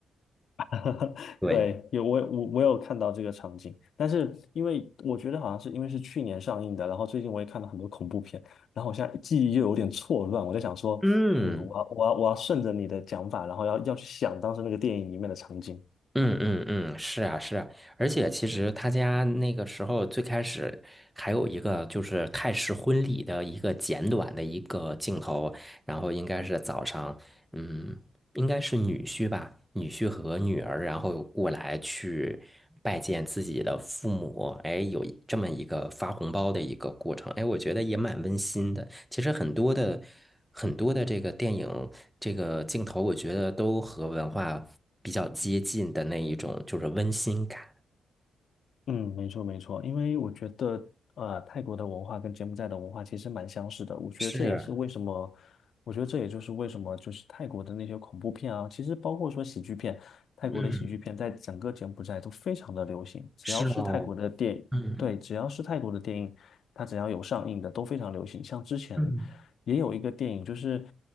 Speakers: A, on the left; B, in the centre.
A: <laughs>
B: 对，
A: 对，有我我我有看到这个场景，但是因为我觉得好像是因为是去年上映的，然后最近我也看到很多恐怖片，然后我现在记忆又有点错乱，我在想说，
B: 嗯。
A: 嗯，我要我要我要顺着你的讲法，然后要要去想当时那个电影里面的场景。
B: 嗯嗯嗯，是啊是啊，而且其实他家那个时候最开始还有一个就是泰式婚礼的一个简短的一个镜头，然后应该是早上，嗯，应该是女婿吧，女婿和女儿，然后过来去拜见自己的父母，哎，有一这么一个发红包的一个过程，哎，我觉得也蛮温馨的。其实很多的很多的这个电影这个镜头，我觉得都和文化比较接近的那一种，就是温馨感。
A: 嗯，没错没错，因为我觉得，呃，泰国的文化跟柬埔寨的文化其实蛮相似的。我觉得这也是为什么，
B: 是，
A: 我觉得这也就是为什么，就是泰国的那些恐怖片啊，其实包括说喜剧片，泰国的喜剧片在整个柬埔寨都非常的流行。
B: 嗯，
A: 只要是泰国的电影，
B: 是哦，嗯
A: 对，只要是泰国的电影，它只要有上映的都非常流行。像之前
B: 嗯
A: 也有一个电影，就是，